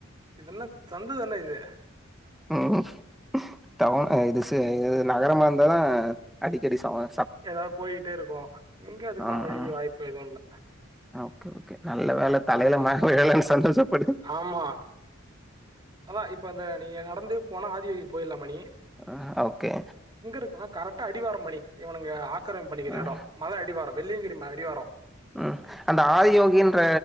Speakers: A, on the right (about 20°); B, in the centre.
A: இது என்ன சந்து தானே இது
B: ம் ம் அது செரி இது நகரமா இருந்தாலு அடிக்கடி <unintelligible>
A: எதாவது போயிட்டே இருக்கு இங்க அதுக்கெல்லா
B: ஆமா
A: வழி வாய்ப்பு எதுவு இல்ல
B: ஓகே ஓகே நல்ல வேல தலையில
A: ம்
B: மே இல்லனு சந்தோஷப்படு
A: ஆமா அதா இப்ப இந்த நீங்க நடந்து போனா ஆதி போயிற்லா மணி
B: ஆ ஓகே
A: இப்பதா கரெக்டா அடிவாரோ மணி இவனுங்க ஆத் உக்கரன்ட்பண்ணிக்கிற
B: ம்,
A: இடம் மல அடிவார வெள்ளியங்கிரி அடிவார
B: உம் அந்த ஆதியோகின்ற